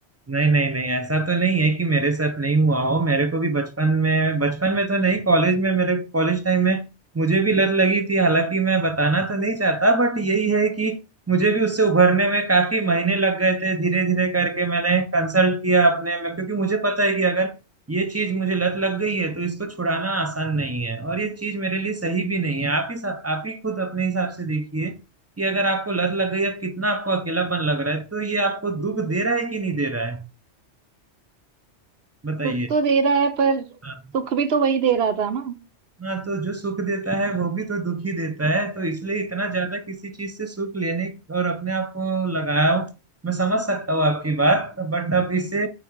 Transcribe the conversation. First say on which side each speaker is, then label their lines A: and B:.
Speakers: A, on the right; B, on the right.
A: नहीं नहीं नहीं ऐसा तो नहीं है कि मेरे साथ नहीं हुआ हो मेरे को भी बचपन में बचपन में तो नहीं कॉलेज में मेरे कॉलेज टाइम में मुझे भी लत लगी थी हालांकि मैं बताना तो नहीं चाहता बट यही है कि मुझे भी उससे उभरने में काफी महीने लग गए थे धीरे धीरे करके मैंने कंसल्ट किया अपने में क्योंकि मुझे पता है कि अगर ये चीज मुझे लत लग गई है तो इसको छुड़ाना आसान नहीं है और ये चीज मेरे लिए सही भी नहीं है आप ही आप ही खुद अपने हिसाब से देखिए कि अगर आपको लत लग गई है कितना आपको अकेलापन लग रहा है तो ये आपको दुख दे रहा है कि नहीं दे रहा है बताइए
B: दुख तो दे रहा है पर सुख
A: हाँ
B: भी तो वही दे रहा था ना
A: हाँ, तो जो सुख देता है वो भी तो दुख ही देता है तो इसलिए इतना ज्यादा किसी चीज से सुख लेने और अपने आप को लगाया हो मैं समझ सकता हूँ आपकी बात बट अब इससे